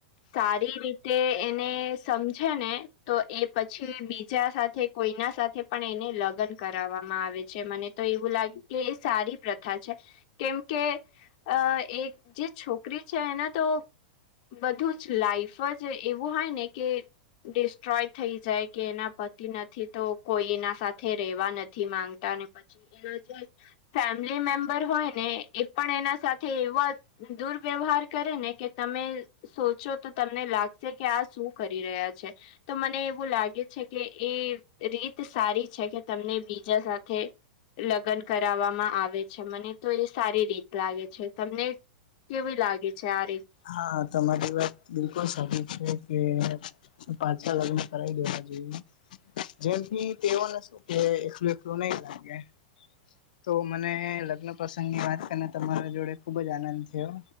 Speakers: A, on the left; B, on the left.
A: સારી રીતે એને સમજે ને તો એ પછી બીજા સાથે કોઈના સાથે પણ એને લગન કરાવવામાં આવે છે મને તો એવું લાગ્યું કે એ સારી પ્રથા છે કેમ કે અ એ જે છોકરી છે એને તો બધું જ લાઈફ જ એવું હોય ને કે ડિસ્ટ્રોય થઈ જાય કે એના પતિ નથી તો કોઈ એના સાથે રેવા નથી માંગ તા ને પછી એના જે ફેમિલી મેમ્બર હોય ને એ પણ એના સાથે એવા દુર વ્યવહાર કરે ને કે તમે સોચો તો તમને લાગશે કે આ શું કરી રહ્યા છે. તો મને એવું લાગે છે કે એ રીત સારી છે કે તમને બીજા સાથે લગ્ન કરાવવામાં આવે છે મને તો એ સારી રીત લાગે છે તમને કેવી લાગે છે આ રીત.
B: હા તમારી વાત બિલકુલ સારી છે કે પાછા લગન કરાવી દેવા જોઈએ. જેમથી તેવો ને શું કે એકલું એકલું નહી લાગે. તો મને લગ્ન પ્રસંગ ની વાત કરીને તમારા જોડે ખુબ જ આનંદ થ્યો.